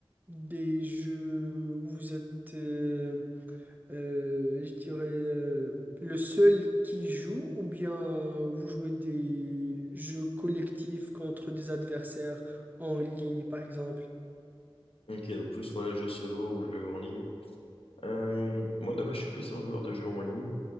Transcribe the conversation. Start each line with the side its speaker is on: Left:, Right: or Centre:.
Right: des jeux où vous êtes euh, Euh, je dirais euh, le seul qui joue ou bien vous jouez des jeux collectifs contre des adversaires en ligne par exemple.
Left: Ok, donc plus voilà jeu solo ou jeu en ligne. Euh, moi, de base, je suis plus un joueur de jeux en ligne,